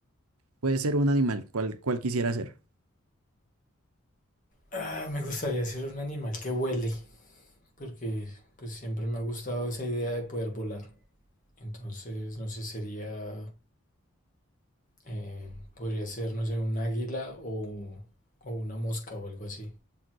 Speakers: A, on the right (about 85°); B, on the left (about 35°).
A: Puede ser un animal, ¿cuál, cuál quisiera ser?
B: ah, me gustaría ser un animal que huele, porque pues siempre me ha gustado esa idea de poder volar. Entonces, no sé, sería, eh, podría ser, no sé, un águila o, o una mosca o algo así,